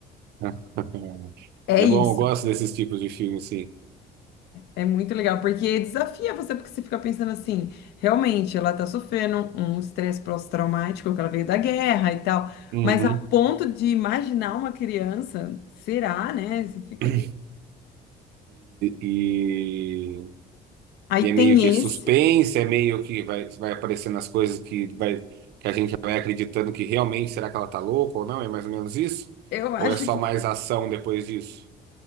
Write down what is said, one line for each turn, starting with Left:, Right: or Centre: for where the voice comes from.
Right: <laughs>
Left: É
Right: É
Left: isso.
Right: bom, eu gosto desses tipos de filme, sim.
Left: É muito legal, porque desafia você, porque você fica pensando assim, realmente, ela tá sofrendo um estresse pós-traumático, que ela veio da guerra e tal.
Right: Uhum.
Left: Mas a ponto de imaginar uma criança, será, né? Você fica
Right: <clears throat>
Left: meio...
Right: E,
Left: Aí
Right: E
Left: tem
Right: é meio que suspense,
Left: esse.
Right: é meio que vai, vai aparecendo as coisas que, vai, que a gente vai acreditando que realmente será que ela tá louca ou não? É mais ou menos isso?
Left: Eu acho
Right: Ou é só
Left: que
Right: mais ação depois disso?